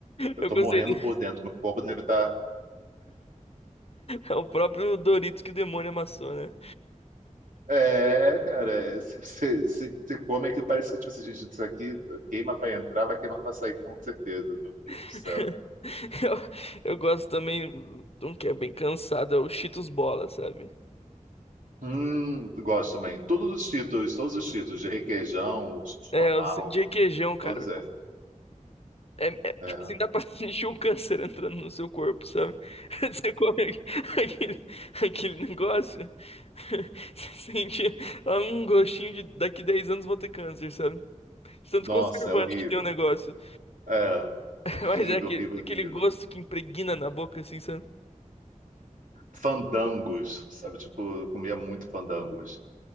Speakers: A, on the right; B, on the left.
A: Eu
B: Eu
A: tô
B: gostei
A: morrendo
B: dele.
A: por dentro. Meu corpo deve estar
B: É o próprio Doritos que o demônio amassou, né?
A: É, cara, você come aquilo, parece que, tipo assim, gente, isso aqui queima pra entrar, vai queimar pra sair, com certeza. Meu Deus
B: <laughs>
A: do céu.
B: Eu, eu gosto também de um que é bem cansado, é o Cheetos Bola, sabe?
A: Hum, gosto também. Todos os títulos, todos os títulos, de requeijão, o título
B: É,
A: normal,
B: os de requeijão, cara.
A: todos esses.
B: É, é,
A: É.
B: tipo assim, dá pra <laughs> sentir o câncer entrando no seu corpo, sabe? <laughs> Você come aquele, aquele negócio, <laughs> você sente ah, um gostinho de daqui 10 anos vou ter câncer, sabe? De Tanto
A: Nossa,
B: conservante
A: é horrível.
B: que tem o negócio.
A: É,
B: <laughs>
A: horrível,
B: Mas é aquele,
A: horrível,
B: <laughs>
A: horrível.
B: aquele gosto que impregna na boca, assim, sabe?
A: Fandangos, sabe? Tipo, eu comia muito fandangos.